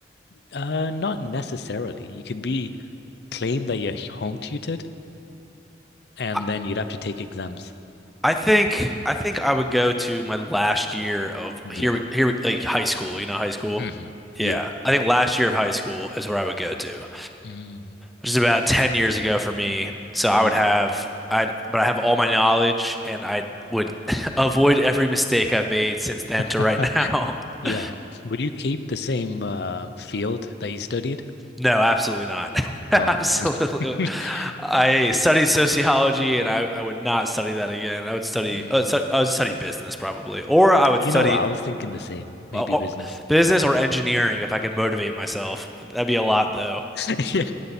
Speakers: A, on the left; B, in the centre.
A: Uh, not necessarily. You can be claim that you're home tutored, and
B: <laughs>
A: then you'd have to take exams.
B: I think I think I would go to my last year of
A: Yeah.
B: here we- here we- like high school, you know, high school.
A: hmm
B: Yeah,
A: Yeah.
B: I think last year of high school is where I would go to,
A: Mm.
B: which is about 10 years ago for me. So I
A: Yeah.
B: would have I but I have all my knowledge and I would <laughs> avoid every mistake I've made since then to
A: <laughs>
B: right now.
A: Yeah.
B: <laughs>
A: Would you keep the same uh, field that you studied?
B: No, absolutely not. <laughs> Absolutely.
A: Oh man. <laughs>
B: I studied sociology and I, I would not study that again. I would study
A: Mm.
B: uh, stu- I would study business probably, or I would
A: You
B: study
A: know, I was thinking the same,
B: well,
A: maybe
B: or-
A: business.
B: business or engineering if I could motivate myself. That'd be a lot though.
A: <laughs> Yeah.